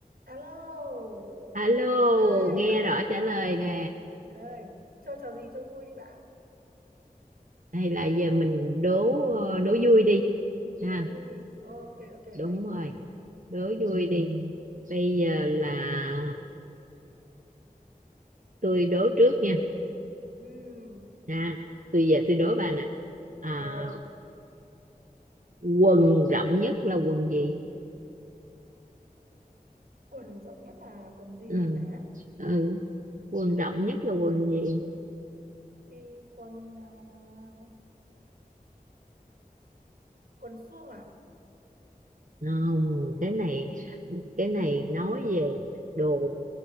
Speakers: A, on the right; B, on the right.
A: Alo,
B: Alo,
A: bạn ơi,
B: nghe
A: bạn ơi,
B: rõ trả lời nè.
A: bạn ơi, chơi trò gì chơi vui đi bạn,
B: Hay là giờ mình đố ờ, đố vui đi
A: đố
B: ha.
A: vui đi. Ok, ok, ok.
B: Đúng rồi, đố vui đi. Bây giờ là tôi đố trước nha.
A: Ừm,
B: Ha, tôi giờ tôi đố bà nè. À,
A: rồi,
B: quần rộng nhất là quần gì?
A: quần rộng nhất là quần gì
B: Ừ,
A: ấy hả?
B: ừ, quần rộng nhất là quần gì?
A: Thì quần à, quần suông à?
B: Không, cái này cái này nói về đồ